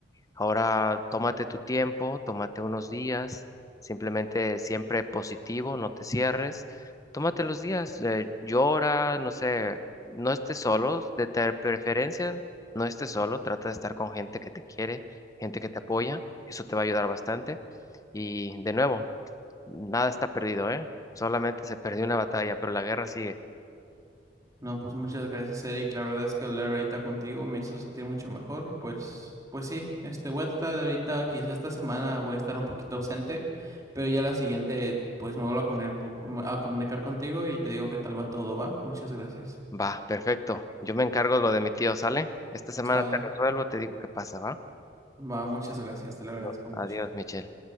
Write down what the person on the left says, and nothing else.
Ahora tómate tu tiempo, tómate unos días, simplemente siempre positivo, no te cierres, tómate los días, eh, llora, no sé, no estés solo, de ter- preferencia, no estés solo, trata de estar con gente que te quiere, gente que te apoya, eso te va a ayudar bastante. Y de nuevo, nada está perdido, ¿eh? Solamente se perdió una batalla, pero la guerra sigue.
Va, perfecto. Yo me encargo de lo de mi tío, ¿sale? Esta semana
te resuelvo, te digo qué pasa, ¿va?
No,
adiós, Michelle.